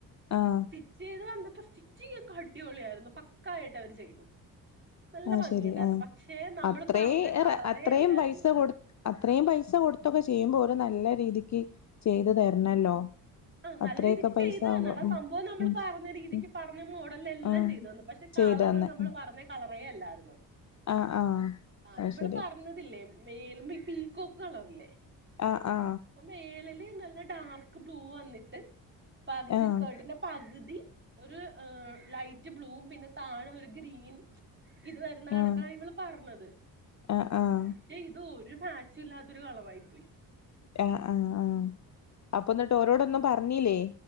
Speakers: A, on the left; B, on the right.
A: ആഹ്
B: സ്റ്റിച്ച് ചെയ്ത് വ- ഇപ്പൊ സ്റ്റിച്ചിങ് ഒക്കെ അടിപൊളിയായിരുന്നു പക്കായിട്ട് അവര് ചെയ്തു. നല്ല
A: ആ
B: ഭംഗിയുണ്ടായിരുന്നു
A: ശരി ആ
B: പക്ഷെ നമ്മള്
A: അത്ര
B: പറഞ്ഞ കളറേ
A: അത്രയും
B: അല്ലായിരുന്നു
A: പൈസ കൊടു അത്രയും പൈസ കൊടുത്തൊക്കെ ചെയ്യുമ്പോ ഒരു നല്ല രീതിക്ക് ചെയ്ത് തരണല്ലോ.
B: ആഹ നല്ല
A: അത്രയൊക്കെ
B: രീതിക്ക്
A: പൈസ
B: ചെയ്തു
A: ആവുമ്പോ
B: തന്നാണ് ആ
A: ഉം
B: സംഭവം നമ്മൾ
A: ഉം
B: പറഞ്ഞ രീതിക്ക്
A: ഉം
B: പറഞ്ഞ മോഡല എല്ലാം
A: ആഹ്
B: ചെയ്തു തന്നു പക്ഷെ- കളറ്
A: ചെയ്തന്ന്
B: നമ്മള്
A: ഉം
B: പറഞ്ഞ കളറേ അല്ലായിരുന്നു
A: ആഹ് ആഹ്
B: ആ
A: അത്
B: ഇവള്
A: ശരി
B: പറഞ്ഞതില്ലേ മേല പീക്കോക്ക് കളറില്ലേ
A: ആ ആ
B: അപ്പൊ മേളില് നല്ല ഡാർക്ക് ബ്ലൂ വന്നിട്ട് പകുതി
A: ആഹ്
B: സ്കേർട്ടിന്റെ പകുതി ഒരു ലൈറ്റ് ബ്ലൂവും പിന്നെ താഴേ ഒരു ഗ്രീൻ ഇത് വരുന്ന കണക്കാണ്
A: ആഹ്
B: ഇങ്ങൾ പറഞ്ഞത്
A: ആഹ് ആഹ്
B: പക്ഷെ ഇത് ഒരു മാച്ച് ഇല്ലാത്തൊരു കളവായി പോയി
A: ആഹ ആഹ ആഹ് അപ്പൊ എന്നിട്ടോരോടൊന്നും പറഞ്ഞില്ലേ